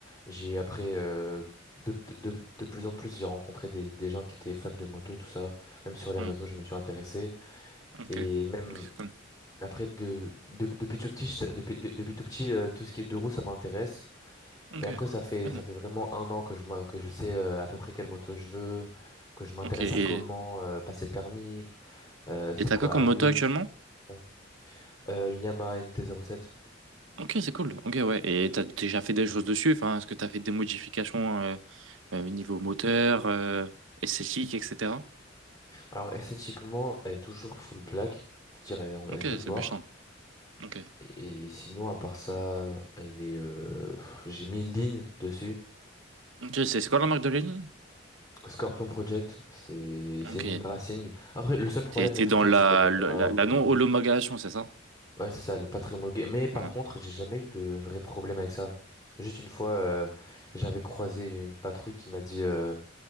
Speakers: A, on the left (about 20°); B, on the right (about 75°).
A: J'ai après, euh, de, de, de plus en plus, j'ai rencontré des, des gens qui étaient fans de moto, tout ça. Même sur les
B: Hmm,
A: réseaux, je me suis intéressé.
B: Ok.
A: Et même
B: Ok, c'est cool.
A: après, de, de, depuis tout petit, je sais- depuis, de- depuis tout petit, euh, tout ce qui est deux roues, ça m'intéresse.
B: Ok.
A: Mais après, ça fait,
B: Ah
A: ça
B: non.
A: fait vraiment un an que je, m'in- que je sais euh, à peu près quelle moto je veux, que je m'intéresse
B: Ok. Et
A: à comment euh, passer le permis, euh, c'est
B: et t'as
A: quoi
B: quoi comme
A: A2,
B: moto actuellement?
A: Ouais. c'est quoi ça? Euh, une Yamaha NT07.
B: Ok, c'est cool. Ok, ouais. Et t'as déjà fait des choses dessus? Enfin, est-ce que t'as fait des modifications euh, euh, niveau moteur, euh, esthétique, etc.?
A: Alors esthétiquement, elle est toujours full black, c'est-à-dire elle, est
B: Ok,
A: elle est toute
B: c'est
A: noire.
B: méchant. Ok.
A: Et sinon, à part ça, elle est. euh, pff, J'ai mis une ligne dessus.
B: Ok, c'est c'est quoi la marque de Lénine?
A: Scorpion Project, c'est c'est
B: Ok.
A: une ligne racing. Après, le seul problème
B: T'es t'es
A: avec
B: dans
A: cette ligne,
B: la,
A: c'est qu'elle n'est
B: le-
A: pas
B: la,
A: homologuée.
B: la non-homologation, c'est ça?
A: Ouais, c'est ça, elle est pas très homologuée. Mais par
B: Ouais.
A: contre, j'ai jamais eu de vrai problème avec ça. Juste une fois, euh, j'avais croisé une patrouille qui m'a dit. euh,